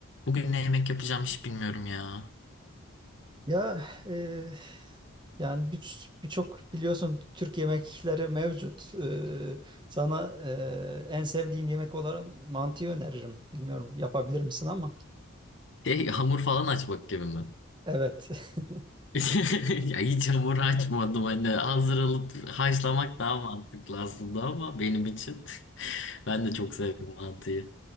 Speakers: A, on the left; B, on the right.
A: Bugün ne yemek yapacağım hiç bilmiyorum ya.
B: Ya e, yani bir- birçok biliyorsun Türk yemekleri mevcut. E, sana e, en sevdiğim yemek olarak mantıyı öneririm. Bilmiyorum yapabilir misin ama.
A: Şey, hamur falan açmak gibi mi?
B: Evet. <laughs>
A: <laughs> Ya hiç hamur açmadım hani hazır alıp haşlamak daha mantıklı aslında ama benim için <laughs> ben de çok severim mantıyı.